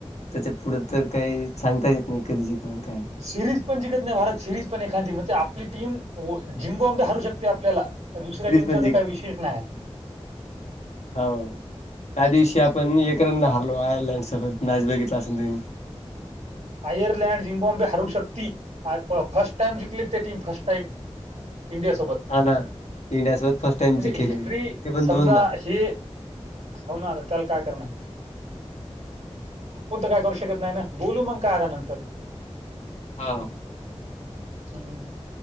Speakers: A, on the left; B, on the right.
A: त्याच्या पुढं तर काही सांगता येत नाही कधी जिकण काय?
B: सिरीज पण जिककत नाही भारत सिरीज पण एखादी म्हणजे आपली टीम झिम्बबाम्ब हारू शकते आपल्याला तर दुसऱ्या
A: सिरीज
B: टीमचा
A: पण जिंक
B: काही विशेष नाही.
A: हो त्या दिवशी आपण एककरणन हारलो आयर्लँड सोबत मॅच बघितला असल तम्ही
B: आयरलँड झिम्बाॉम्बे हरू शकती फर्स्ट टाईम जिकलेत ते टीम फर्स्ट टाइम इंडिया सोबत
A: हा ना इंडिया सोबत फर्स्ट टाइम
B: म्हणजे
A: जिंकेल
B: हिस्ट्री
A: ते पण
B: समजा
A: दोनदा
B: हे. हो ना आता त्याला काय करणारय. कोणत काय करू शकत नाही ना बोलू मग का नंतर
A: हा
B: हम्म मी